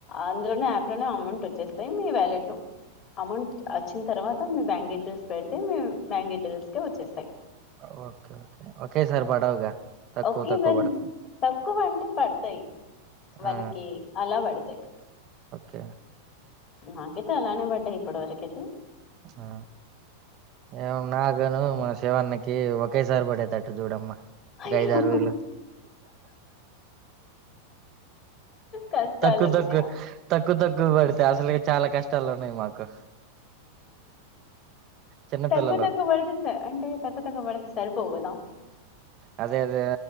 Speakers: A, on the left (about 35°); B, on the right (about 35°).
A: అందులోనే యాప్ లోనే అమౌంట్ వచ్చేస్తాయి మీ వ్యాలెట్ లో అమౌంట్ వచ్చిన తర్వాత మీ బ్యాంక్ డీటెయిల్స్ పెడితే మీ బ్యాంక్ డీటెయిల్స్ కే వచ్చేస్తాయి
B: ఆ ఓకే ఓకే ఒకేసారి పడవుగా తక్కువ
A: ఒకేసారి
B: తక్కువ పడతాయి.
A: తక్కువ అంటే పడతాయి వన్
B: ఆ!
A: కే అలా పడతాయి
B: ఓకే
A: నాకైతే అలానే పడ్డాయి ఇప్పటివరకైతే
B: ఆ ఏమో నాకను మస్ శ్రవణ్ణకి ఒకేసారి పడేటట్టు చూడమ్మ
A: అయ్యో
B: ఒక ఐదు ఆరు వేలు
A: కష్టాలున్నాయా
B: తక్కువ తక్కువ తక్కువ తక్కువ పడితే అసలే చాలా కష్టాలు ఉన్నాయి మాకు చిన్న
A: తక్కువ
B: పిల్లలు
A: తక్కువ పడుతే సార్ అంటే తక్కువ తక్కువ పడదు సార్ సరిపోవు గదా
B: అదే అదే